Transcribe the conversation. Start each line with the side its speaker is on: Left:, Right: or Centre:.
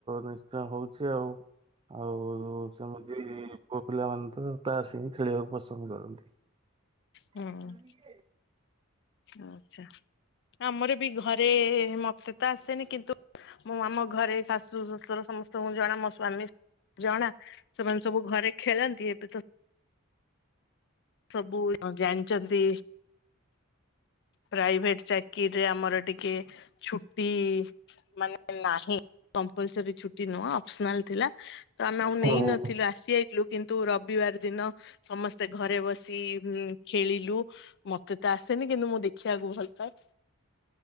Right: ନିଶ୍ଚୟ ହଉଛି ଆଉ ଆଉ ସେମିତି ପିଲାମାନେ ତ ତାସ୍ ହି ଖେଳିବାକୁ ପସନ୍ଦ କରନ୍ତି। ଟାଇମ୍
Left: ହୁଁ
Right: ନାହଁ କି ବେ
Left: ଆଚ୍ଛା ଆମର ବି ଘରେ ମତେ ତ ଆସେନି କିନ୍ତୁ ମୁଁ ଆମ ଘରେ ଶାଶୁ ଶଶୁର ସମସ୍ତଙ୍କୁ ଜଣା ମୋ ସ୍ଵାମୀ ଜଣା ସେମାନେ ସବୁ ଘରେ ଖେଳନ୍ତି ଏବେ ତ ସବୁ ଜାଣିଛନ୍ତି ପ୍ରାଇଭେଟ ଚାକିରିରେ ଆମର ଟିକେ ଛୁଟି ମାନେ ନାହିଁ କମ୍ପ୍ଲାସରୀ ଛୁଟି ନୁହଁ ଅପସନାଲ ଥିଲା। ତ ଆମେ
Right: ହଁ
Left: ନେଇନଥିଲୁ ଆସି ଯାଇଥିଲୁ। କିନ୍ତୁ ରବିବାର ଦିନ ସମସ୍ତେ ଘରେ ବସି ବସି ଇ ଖେଳିଲୁ ମତେ ତ ଆସେନି କିନ୍ତୁ ମୁଁ ଦେଖିବାକୁ ଭଲ ପାଏ।